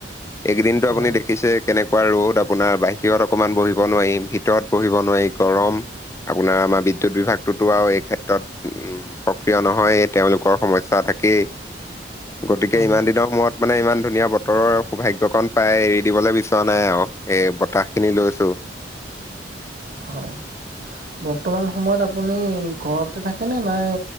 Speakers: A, on the left (about 15°); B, on the right (about 55°).
A: এইকদিনতটো
B: হয়,
A: আপুনি দেখিছে কেনেক কোৱা ৰ'দ আপোনাৰ বাহিৰত অকনমান বহিব নোৱাৰি ভিতৰত বহিব নোৱাৰি গৰম আপোনাৰ আমাৰ বিদ্যুত বিভাগটোতো আৰু এই ক্ষেত্ৰত উ সক্ৰিয় নহয় তেওঁলোকৰ সমস্যা থাকেই গতিকে
B: হয়,
A: ইমান দিনৰ সমূৰত মানে ইমান ধুনীয়া বতৰৰ সৌভাগ্যয় কন পাই এৰি দিবলৈ বিচৰা নাই আৰু এই বতাহ খিনি লৈছো <inaudible>
B: হয় বৰ্তমান সময়ত আপুনি ঘৰতে থাকে নে, নাই,